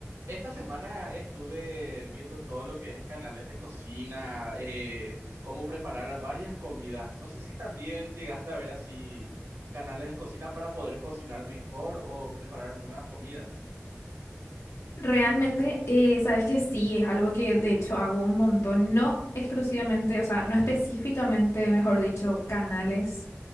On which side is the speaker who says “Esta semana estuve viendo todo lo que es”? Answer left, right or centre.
Right